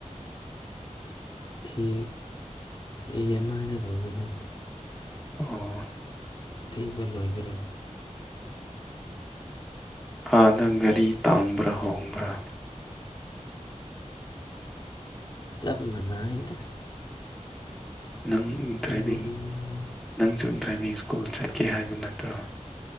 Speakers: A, on the left; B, in the centre.
A: ꯊ ꯑꯦ ꯑꯃꯥꯏꯅ ꯂꯧꯕꯅꯦ
B: ꯑꯣ
A: ꯊꯤꯕ ꯂꯣꯏꯈ꯭ꯔꯦ
B: ꯑꯥꯟꯅ ꯒꯥꯔꯤ ꯇꯥꯡꯕ꯭ꯔꯥ ꯍꯣꯡꯕ꯭ꯔꯥ
A: ꯇꯞ ꯃꯅꯥꯏꯗ
B: ꯅꯪ ꯗ꯭ꯔꯥꯏꯚꯤꯡ
A: ꯀ꯭ꯋꯥꯂꯤꯇꯤꯅ
B: ꯅꯪꯁꯨ ꯗ꯭ꯔꯥꯏꯚꯤꯡ ꯁ꯭ꯀꯨꯜ ꯆꯠꯀꯦ ꯍꯥꯏꯕ ꯅꯠꯇ꯭ꯔꯣ